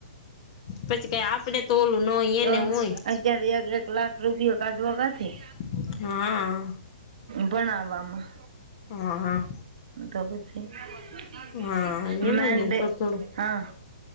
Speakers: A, on the left; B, on the right.
A: પછી કાઈ આપડે તો ઓલું ન એને
B: તો
A: હોય.
B: અત્યારે એક એક લાખ રૂપિયો કાઢવા
A: <inaudible>
B: કાથી
A: હા.
B: ભણાવવામાં.
A: હહ હહ.
B: હહ તો પછી <inaudible>
A: હા એમજ
B: મેંડે
A: ને થોડ થોડું.
B: હા